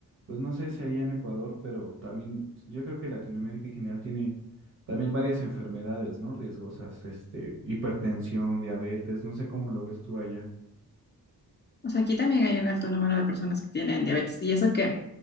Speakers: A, on the right; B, on the left.
A: pues no sé si allá en Ecuador, pero también pues, yo creo que Latinoamérica en general tiene también varias enfermedades, ¿no? Riesgosas, este, hipertensión, diabetes, no sé cómo lo ves tú allá.
B: O sea, aquí también hay un alto número de personas que tienen diabetes y eso que